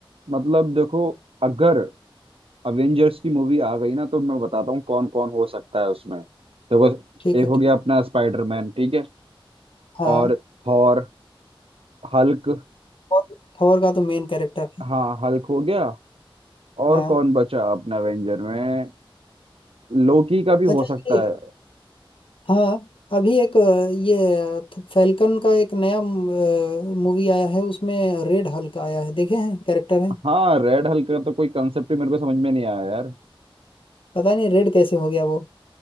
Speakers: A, on the right; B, on the left.
A: मतलब देखो अगर अवेंजर्स की मूवी आ गई ना तो मैं बताता हूँ कौन कौन हो सकता है उसमें देखो
B: ठीक
A: एक
B: है
A: हो
B: ठीक-
A: गया अपना स्पाइडरमैन ठीक है
B: हाँ
A: और थॉर हल्क
B: और थॉर का तो मेन कैरेक्टर है
A: हाँ हल्क हो गया और
B: हाँ
A: कौन बचा अपना अवेंजर में लोकी का भी
B: अच्छा
A: हो सकता
B: ये
A: है
B: हाँ अभी एक अ, ये फैल्कन का एक नया मूवी आया है उसमें रेड हल्क आया है देखे हैं कैरेक्टर है
A: हाँ रेड हल्क का तो कोई कंसेप्ट ही मेरे को समझ में नहीं आया यार
B: पता नहीं रेड कैसे हो गया वो